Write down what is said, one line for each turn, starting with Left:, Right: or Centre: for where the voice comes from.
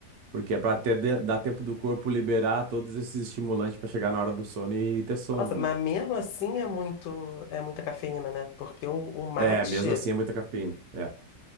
Right: porque é pra ter, dar tempo do corpo liberar todos esses estimulantes pra chegar na hora do sono e ter sono,
Left: Nossa, mas
Right: né?
Left: mesmo assim é muito, é muita cafeína, né? Porque o, o mate
Right: É, mesmo assim é muita cafeína. É,